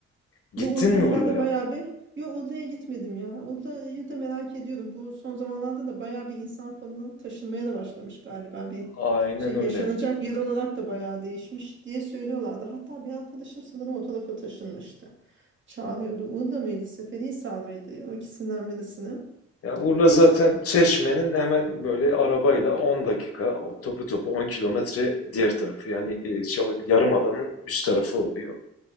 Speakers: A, on the left; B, on the right.
A: Gittin
B: Bu Uludağ
A: mi
B: herhalde
A: Urla'ya?
B: bayağı bir... Yo Uludağ'a gitmedim ya. Uludağ'ı da merak ediyorum. Bu son zamanlarda da bayağı bir insan falan taşınmaya da başlamış galiba. Bir
A: Aynen
B: şey
A: öyle.
B: yaşanacak yer olarak da bayağı değişmiş diye söylüyorlardı. Hatta bir arkadaşım sanırım o tarafa taşınmıştı. Çağırıyordu. Uludağ mıydı? Seferihisar mıydı? O ikisinden birisini.
A: Ya Urla zaten
B: Ş-
A: Çeşme'nin hemen böyle arabayla 10 dakika, o topu topu 10 kilometre diğer tarafı. Yani e, şey, yarımadanın üst tarafı oluyor.